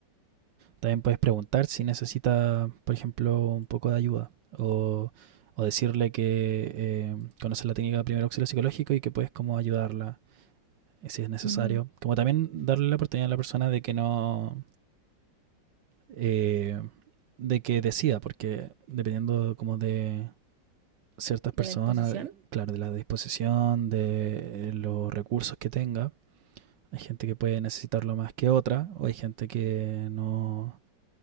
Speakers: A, on the right; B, on the right.
A: También puedes preguntar si necesita, por ejemplo, un poco de ayuda o, o decirle que eh, conoces la técnica de primer auxilio psicológico y que puedes como ayudarla eh, si es necesario.
B: ujú.
A: Como también darle la oportunidad a la persona de que no... eh, de que decida, porque dependiendo como de ciertas
B: De
A: personas,
B: la exposición.
A: claro, de la disposición, de los recursos que tenga, Hay gente que puede necesitarlo más que otra, o hay gente que no,